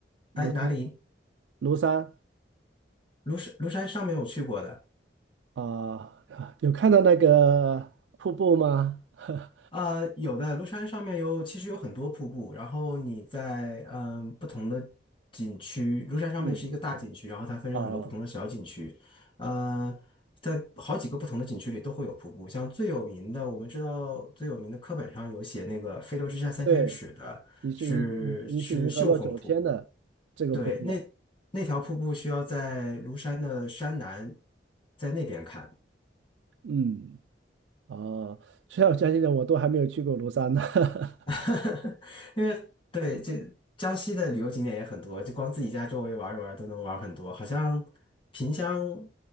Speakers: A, on the right; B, on the left.
A: 庐山，
B: 哎，哪里？
A: 庐山
B: 庐山，庐山上面我去过的。
A: 啊，有看到那个瀑布吗？<laughs>
B: 呃，有的庐山上面有，其实有很多瀑布。然后你在嗯不同的景区，庐山上面是一个大景区，
A: 嗯，
B: 然后它分成很多不同的小景区。
A: 哦，哦
B: 呃，在好几个不同的景区里都会有瀑布。像最有名的，我们知道最有名的课本上有写那个“飞流直下三千尺”的是是秀峰瀑布。
A: 对，疑是银疑是银河落九天的这个瀑布，
B: 对，那那条瀑布需要在庐山的山南，在那边看。
A: 嗯。哦，虽然我相信的，我都还没有去过庐山呢。<laughs>
B: <laughs> 因为对这江西的旅游景点也很多，就光自己家周围玩一玩都能玩很多。好像萍乡